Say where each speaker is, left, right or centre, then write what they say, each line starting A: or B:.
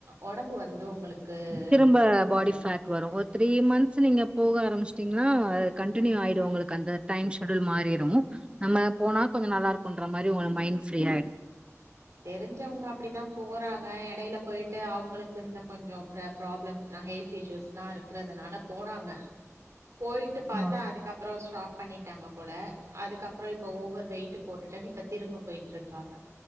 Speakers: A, on the right (about 60°); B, on the right (about 20°).
A: உடம்பு வந்து உங்களுக்கு
B: திரும்ப பாடி
A: இதாயிரும்
B: ஃபேட் வரும் போது த்ரீ மந்த் நீங்க போக ஆரம்பிச்சுட்டீங்கன்னா கண்டினியூ ஆயிடும் உங்களுக்கு அந்த டைம் ஷெட்யூல் மாறிடும் நம்ம போனா கொஞ்சம் நல்லா இருக்கும்ன்ற மாதிரி உங்க மைண்ட் ஃப்ரீ ஆயிடும்
A: தெரிஞ்சவங்க அப்படிதான் போறாங்க இடையில போயிட்டு அவங்களுக்கு இந்த கொஞ்சம் ப ப்ராப்ளம்ஸ் எல்லாம் ஹெல்த் இஷ்யூஸ் எல்லாம் இருக்கறதுனால போறாங்க போயிட்டு பார்த்தா
B: ஓ
A: அதுக்கப்புறம் ஸ்டாப் பண்ணிட்டாங்க போல அதுக்கப்புறம் இப்ப ஓவர் வெயிட் போட்டுட்டேன்னு இப்ப திரும்ப போயிட்டு இருக்காங்க